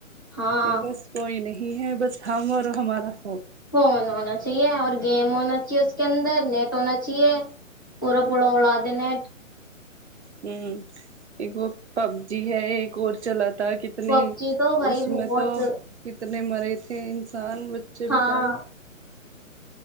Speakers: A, on the left; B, on the right.
A: ہاں
B: پ بس کوئی نہیں ہی ہیں بس ہم اور ہمارا فوج
A: فون ہونا چاہیے اور گیم ہونا چاہیے اس کے اندر نیٹ ہونا چاہیے پورا پورا اڑا دے نیٹ
B: ہوں ایک وہ پب جی ہے ایک اور چلات کتنی
A: پب جی تو بھائی
B: اس
A: بہت
B: میں تو کتنی نے مرے تھے ان کسان بچے
A: ہاں
B: بچارے